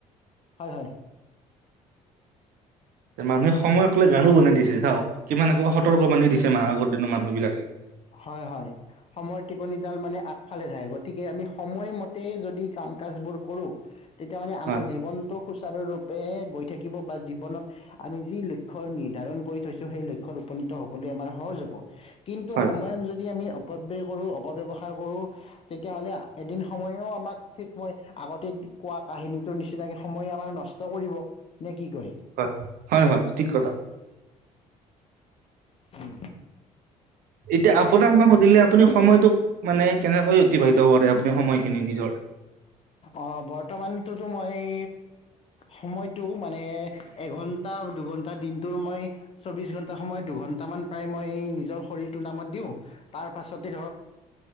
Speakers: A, on the left; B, on the right.
A: হয় হয়।
B: মানুহে সময়ক লৈ গানো বনাই দিছে চাওক কিমান একেবাৰে সতৰ্ক বানি দিছে আগৰ দিনৰ মানুহবিলাকে।
A: হয় হয়। সময়ৰ টিকনিডাল মানে আগফালে যাই গতিকে আমি সময়মতে যদি কাম কাজবোৰ কৰো। তেতিয়া মানে আমাৰ
B: হয়
A: জীৱনটো সুচাৰুৰূপে গৈ থাকিব বা জীৱনত আমি যি লক্ষ্য নিৰ্ধাৰণ কৰি থৈছো সেই লক্ষ্যত উপনীত হবলৈ আমাৰ সহজ হব। কিন্তু
B: হয়।
A: সময়ক যদি আমি অপব্যয় কৰো অপব্যৱহাৰ কৰো। তেতিয়াহ'লে এদিন সময়েও আমাক ঠিক মই আগতে কোৱা কাহিনীটোৰ নিচিনাকে সময়ে আমাৰ নচ ষ্ট কৰিব নে কি কয়
B: হয় হয় হয় ঠিক কথা।
A: উম
B: এতিয়া আপোনাক মই সুধিলে আপুনি সময়টোক মানে কেনেকৈ অতিবাহিত কৰে আপুনি সময় খিনি নিজৰ?
A: অ বৰ্তমানটোতো মই এই সময় টো মানে এঘন্টা, দুঘণ্টা দিনটোৰ মই চৌবিশ ঘন্টা সময় দুঘন্টামান প্ৰায় মই এই নিজৰ শৰীৰটোৰ নামত দিও। তাৰ পাছতে ধৰক